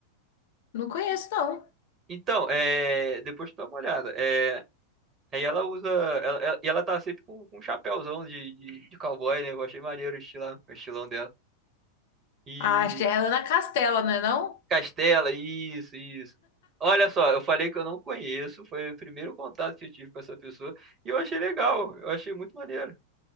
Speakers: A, on the left (about 55°); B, on the right (about 25°).
A: não conheço,
B: E-
A: não.
B: então, é, depois tu dá uma olhada. É, Aí ela usa. Ela, ela- e ela tá sempre com, com um chapéuzão de, de, de cowboy, né? Eu achei maneiro o estilão, o estilão dela. E.
A: Ah, acho que é a Ana Castela, não é não?
B: Castela, isso, isso. Olha só, eu falei que eu não conheço, foi o primeiro contato que eu tive com essa pessoa. E eu achei legal, eu achei muito maneiro.